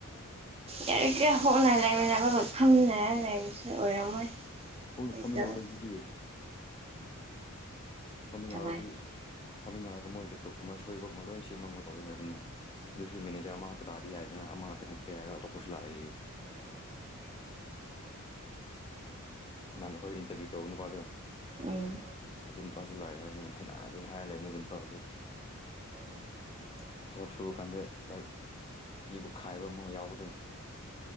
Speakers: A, on the right; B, on the left.
A: ꯌꯥꯔꯤ ꯀꯩ ꯍꯣꯡꯅꯉꯥꯏ ꯂꯩꯃꯤꯟꯅꯕ ꯂ ꯐꯝꯅꯦ ꯂꯩꯕꯁꯨ ꯑꯣꯏꯔꯝꯃꯣꯏ
B: ꯍꯣꯏ
A: ꯑꯣꯏꯗꯕ
B: ꯐꯝꯃꯤꯟꯅ ꯂꯩꯕꯗꯨꯗꯤ ꯐꯅꯉ
A: ꯀꯃꯥꯏ
B: ꯑꯗꯨꯏ ꯐꯝꯃꯤꯟꯅꯔꯒ ꯃꯣꯏ ꯂꯦꯞꯇꯣꯞꯀꯨꯝꯕ ꯁꯣꯏꯕ ꯑꯃ ꯂꯣꯏ ꯁꯦꯝꯃ ꯑꯃꯒ ꯇꯧꯔꯦ ꯍꯥꯏꯕꯅꯤꯅ ꯑꯗꯨꯁꯨ ꯃꯦꯅꯦꯖꯔ ꯑꯃ ꯇꯔꯥꯗꯤ ꯌꯥꯏꯗꯅ ꯃꯥꯗ ꯅꯛꯇ ꯇꯣ ꯀꯨ ꯂꯥꯛꯑꯌꯦ
A: <unintelligible> <inaudible>
B: ꯅꯪꯅ ꯍꯣꯏ ꯏꯟꯇꯔꯚꯤꯌꯨ ꯇꯧꯅꯨꯄꯥ ꯑꯗꯨꯒ
A: ꯎꯝ
B: ꯑꯗꯨꯄꯥꯁꯨ ꯂꯥꯛꯑꯦ ꯍꯥꯏꯕꯅꯤ ꯌꯥꯝ ꯍꯩꯅꯑꯗꯦꯅ ꯍꯥꯏꯔ ꯂꯩꯕꯅꯤ ꯑꯗꯨꯄꯥꯗꯨ
A: <unintelligible> <inaudible>
B: ꯊꯕꯛ ꯁꯨꯕ ꯀꯥꯟꯗ ꯂꯥꯏꯛ ꯃꯤꯕꯨ ꯈꯥꯏꯕ ꯑꯃ ꯌꯥꯎꯕꯗꫭ꯫